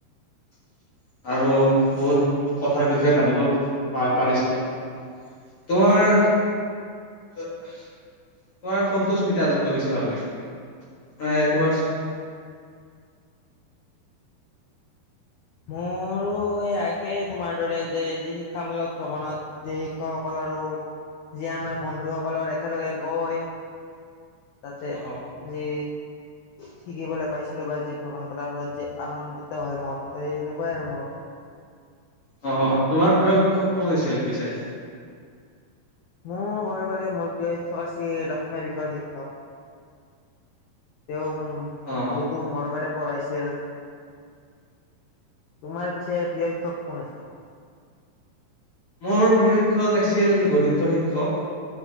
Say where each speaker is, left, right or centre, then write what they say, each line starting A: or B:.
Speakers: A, on the left; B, on the left.
A: <inaudible> আৰু বহুত কথাৰ বিষয়ে জানিব প পাৰিছিলো। তোমাৰ তোমাৰ কন্তস্মিতা আদত্ব বেছি ভাল লাগে ম তোমাৰ উম <inaudible>
B: মোৰ সেইয় একেই তোমাৰ দৰে যে যি শিক্ষামূলক ভ্ৰমণত য শিক্ষকসকল আৰু যে আমাৰ বন্ধুসকলৰ একেলগে গৈ। তাতে
A: অ
B: যি শিকিবলৈ পাইছিলো বা যি ভ্ৰমণ কৰাৰ ফলত যি আনন্দিত হয় মন ত সেনেকুৱাই আৰু মোৰ
A: অ, তোমাৰ প্ৰিয় শিক্ষক কোন হৈছিল পিছে।
B: মোৰ ক'ব গ'লে মোৰ প্ৰিয় শিক্ষক আছিল অসমীয়া বিষয়ৰ শিক্ষক। তেওঁ বহুতো
A: অ অ
B: মৰমেৰে পঢ়াইছিল। তোমাৰ পিছে প্ৰিয় শিক্ষক কোন আছে?
A: মোৰ প্ৰিয় শিক্ষক আছিল গণিতৰ শিক্ষক।